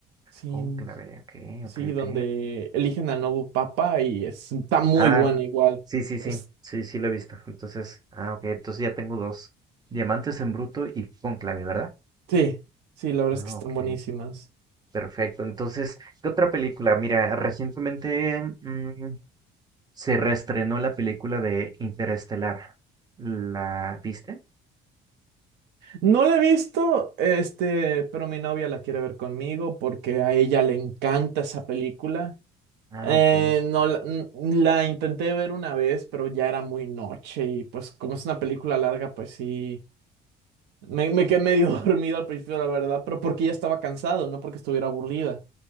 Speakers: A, on the right; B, on the right.
A: Sí,
B: Cónclave, ok,
A: sí,
B: ok,
A: donde
B: ok.
A: eligen al nuevo papa y es- está muy
B: Ah,
A: buena igual.
B: sí, sí, sí,
A: Es-
B: sí, sí lo he visto. Entonces, ah, ok, entonces ya tengo dos. Diamantes en Bruto y Cónclave, ¿verdad?
A: sí, sí, la verdad
B: Ah,
A: es que están
B: ok,
A: buenísimas.
B: perfecto. Entonces, ¿qué otra película? Mira, recientemente mm, se reestrenó la película de Interestelar. ¿La viste?
A: No la he visto, este, pero mi novia la quiere ver conmigo porque a ella le encanta esa película.
B: Ah,
A: Eh,
B: ok,
A: no, la, n- la intenté ver una vez, pero ya era muy noche y pues como es una película larga, pues sí. Me, me quedé medio <laughs> dormido al principio, la verdad, pero porque ya estaba cansado, no porque estuviera aburrida.